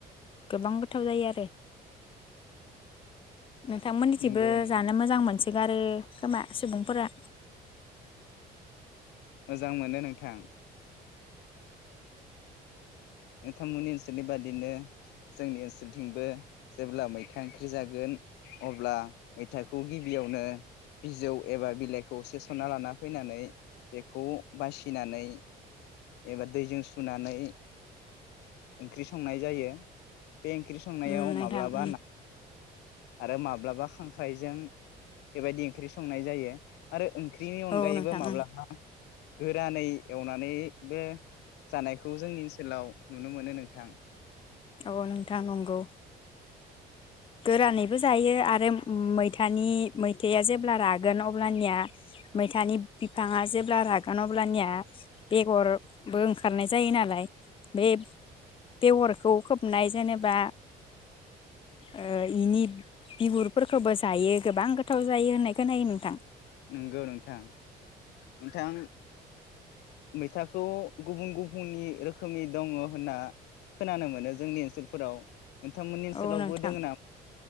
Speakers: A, on the left; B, on the left.
A: गोबां गोथाव जायो आरो नोंथांमोननिथिंबो
B: नंगौ नोंथां
A: जानो मोजां मोनस गारो खोमा सुबुंफोरा
B: मोजां मोनो नोंथां नोंथांमोननि ओनसोलनि बादिनो जोंनि ओनसोलथिंबो जेब्ला मैथा ओंख्रि जागोन अब्ला मैथाखौ गिबियावनो बिजौ एबा बिलाइखौ सेस'नना लाना फैनानै बेखौ बासिनानै एबा दैजों सुनानै ओंख्रि संनाय जायो बे ओंख्रि संनायाव
A: उम नोंथां
B: माब्लाबा
A: उम
B: ना आरो माब्लाबा खांख्रायजों बेबायदि ओंख्रि संनाय जायो आरो ओंख्रिनि अनगायैबो
A: औ नोंथां
B: माब्लाबा
A: उम
B: गोरानै एवनानै बे जानायखौ जोंनि ओनसोलाव नुनो मोनो नोंथां
A: औ नोंथां नंगौ गोरानैबो जायो आरो मैथानि मैथायआ जेब्ला रागोन अब्लानिया मैथानि बिफाङा जेब्ला रागोन अब्लानिया बेगरबो ओंखारनाय जायो नालाय बे बेगरखौ खोबनाय जेनेबा ओ इनि बिगुरफोरखौबो जायो गोबां गोथाव जायो होननाय खोनायो नोंथां
B: नंगौ नोंथां नोंथां मैथाखौ गुबुन गुबुननि रोखोमनि दङ होनना खोनानो मोनो जोंनि ओनसोलफोराव नोंथांमोननि ओनसोलावबो
A: औ नोंथां
B: दोङ नामा?